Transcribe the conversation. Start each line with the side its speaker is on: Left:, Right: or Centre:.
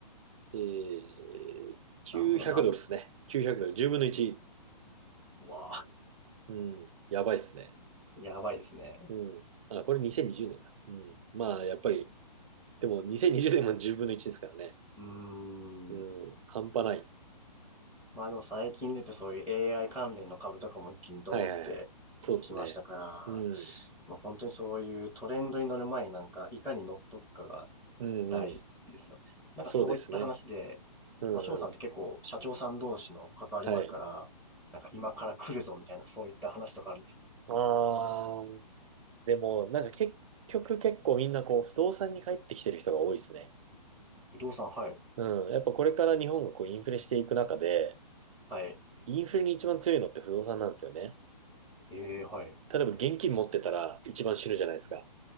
Right: えー、900ドルですね。
Centre: なんぼだ、なん、
Right: 9 0ドル。10分の1。
Centre: うわあ、
Right: うん。やばいっすね。
Centre: やばいですね。
Right: うん。あ、これ2020年だ。うん。まあ、やっぱり、でも2020年も10分の1ですからね。
Centre: うーん。
Right: うん。半端ない。
Centre: まあでも最近出てそういう AI 関連の株とかも一気にドーンってきましたから、
Right: はいはいはい。そうですね。うん。
Centre: まあ、本当にそういうトレンドに乗る前になんか、いかに乗っとくかが
Right: うんうん。
Centre: 大事ですよね。なんかそういった話で、
Right: そうですね。うんうん。
Centre: まあ、翔さんって結構社長さん同士の関わりもあるから、
Right: はい。
Centre: なんか今から来るぞみたいな、そういった話とかあるんですか
Right: ああ、でも、なんか結局結構みんなこう、不動産に帰ってきてる人が多いですね。
Centre: 不動産、はい、
Right: うん。やっぱこれから日本がこう、インフレしていく中で、
Centre: はい、
Right: インフレに一番強いのって不動産なんですよね。
Centre: ええはい、
Right: 例えば現金持ってたら一番死ぬじゃないですか。